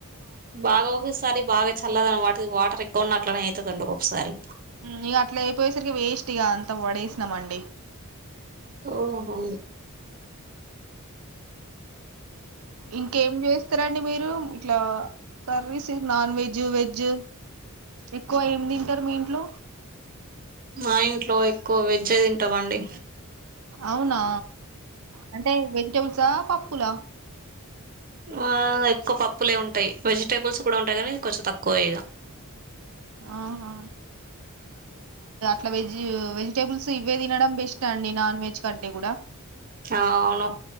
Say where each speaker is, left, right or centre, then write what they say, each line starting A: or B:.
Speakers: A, on the right; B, on the right.
A: బాగ ఒకసారి బాగ చల్లదనం వాటర్ వాటర్ ఎక్కువ ఉన్న అట్లనే అయితదండి ఒక్కొక్కసారి
B: ఉమ్ ఇగ అట్ల అయిపోయేసరికి వేస్ట్ ఇగ అంత పడేసినమండి
A: ఊ హు
B: ఇంకేం చేస్తరండి మీరు ఇట్ల కర్రీస్ నాన్ వెజ్, వెజ్ ఎక్కువ ఏమి తింటరు మీ ఇంట్లో
A: మా ఇంట్లో ఎక్కువ వెజ్ తింటమండి
B: అవునా అంటె వెజిటేబుల్సా? పప్పుల?
A: ఆ ఎక్కువ పప్పులే ఉంటయి వెజిటేబుల్స్ కూడ ఉంటయి కాని కొంచెం తక్కువ ఇగ
B: ఆహా ఇట్ల వెజ్ వెజిటేబుల్స్ ఇవే తినడం బెస్ట్ అండి నాన్ వెజ్ కంటే కూడ
A: ఆ అవును